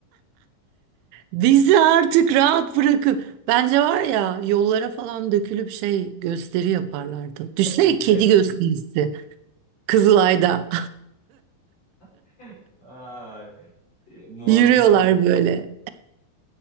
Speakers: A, on the right (about 85°); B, on the left (about 35°).
A: Bizi artık rahat bırakın. Bence var ya yollara falan dökülüp şey gösteri yaparlardı. Düşünsene
B: <laughs> Grev.
A: kedi gösterisi. Kızılay'da.
B: <laughs> Ay, e, muazzam
A: <laughs> Yürüyorlar
B: olur.
A: böyle.